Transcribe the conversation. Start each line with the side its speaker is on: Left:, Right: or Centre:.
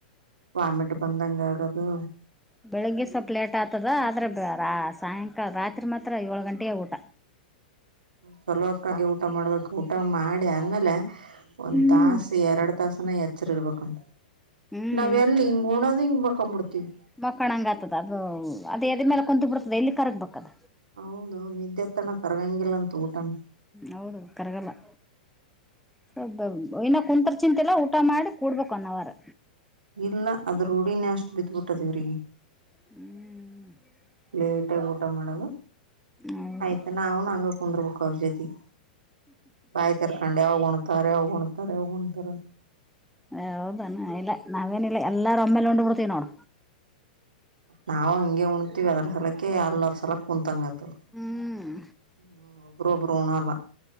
Right: ವಾಮಿಟ್ ಬಂದಂಗ್ ಆಗದು.
Centre: ಬೆಳಿಗ್ಗೆ ಸ್ವಲ್ಪ ಲೇಟ್ ಅತ್ತಾದ ಆದ್ರಾ ರಾ ಸಾಯಂಕಾಲ ರಾತ್ರಿ ಮಾತ್ರ ಏಳು ಗಂಟೆಗಾ ಊಟ.
Right: ಚಲೋಕ್ಕಾಗಿ ಊಟ ಮಾಡ್ಬೇಕು ಊಟ ಮಾಡಿ ಆದ್ಮೇಲ್ಯಾ. ಒಂದ್
Centre: ಹ್ಮ್
Right: ತಾಸ ಎರಡ್ ತಾಸನ ಎಚ್ಚರ ಇರ್ಬೇಕಂತ
Centre: ಹ್ಮ್
Right: ನಾವ ಎಲ್ಲಿ ಉಣದ ಹಿಂಗ ಮಕಂದಬಿಡತಿವಿ.
Centre: ಮಕ್ಕೊಳಂಗ ಆತದ ಅದು ಅದ ಎದಿ ಮ್ಯಾಲ್ಯ ಕುಂತಂಗ ಆಗಿ ಬಿಡ್ತದ ಎಲ್ಲಿ ಕರಗ್ ಬೇಕದ.
Right: ಹೌದೌದು ನಿದ್ದೆ ಹತಾನ ಕರಗಂಗಿಲ್ಲ ಅಂತ ಊಟನ
Centre: ಹೌದು ಕರಗಲ್ಲಾ. <unintelligible> ಇನ್ನ ಕುಂತರ್ ಚಿಂತಿಯಿಲ್ಲಾ ಊಟ ಮಾಡಿ ಕೂಡ್ಬೇಕು ಒನ್ನ ಅವರ್.
Right: ಇಲ್ಲಾ ಅದು ರೂಡಿನೇ ಅಷ್ಟು ಬಿದ್ದಬಿಟ್ಟದ ಇವ್ರಿಗೆ.
Centre: ಹ್ಮ್ಂ
Right: ಲೇಟಾಗಿ ಊಟಾ ಮಾಡೋದು
Centre: ಹೌದು
Right: ಆಯ್ತು ನಾವುನ್ ಅಂಗ ಕುಂದರ್ಬೇಕು ಅವ್ರ ಜೊತೆಗಿ. ಬಾಯಿ ತೆರಕೋಂಡ್ ಯಾವಾಗ ಉಣ್ತಾರ್ ಯಾವಾಗ ಉಣ್ತಾರ್ ಯಾವಾಗ ಹೊಣ್ತಾರ.
Centre: ಹಾ ಹೌದೆನ್ ಇಲ್ಲಾ ನಾವೇನಿಲ್ಲಾ ಎಲ್ಲಾರು ಒಮ್ಮೇಲೆ ಉಂಡುಬಿಡ್ತೀವಿ ನೋಡ.
Right: ನಾವ್ ಹಂಗೆ ಉಣ್ತಿವಿ ಅದರ ಸಲಕೆ ಎಲ್ಲರ್ ಸಲಕ ಕುಂತಂಗಾತದ.
Centre: ಹ್ಮ್
Right: ಹ್ ಒಬ್ರು ಒಬ್ರು ಉಣಲ್ಲಾ.